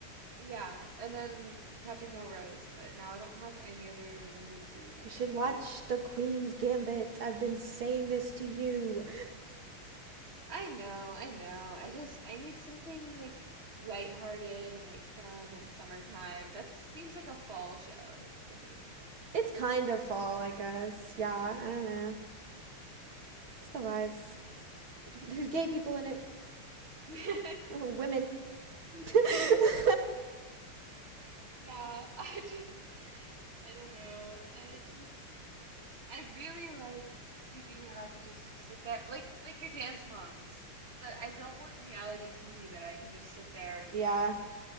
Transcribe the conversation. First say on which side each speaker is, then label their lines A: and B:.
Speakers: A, on the right; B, on the right.
A: Yeah, and then Patrick Melrose, but now I don't have any other limited series on
B: You
A: my
B: should
A: plate.
B: watch The Queen's Gambit. I've been saying this to you.
A: I know, I know. I just I need something like lighthearted and like fun and summertime. That seems like a fall show to me.
B: It's kind of fall, I guess. Yeah, I don't know. It's the vibes. There's gay people in it.
A: <laughs>
B: <laughs> Women. <laughs>
A: Yeah, I just I don't know. I just I really like TV that I could just sit there like like your Dance Moms, but I don't want reality TV that I can just sit there and
B: yeah.
A: like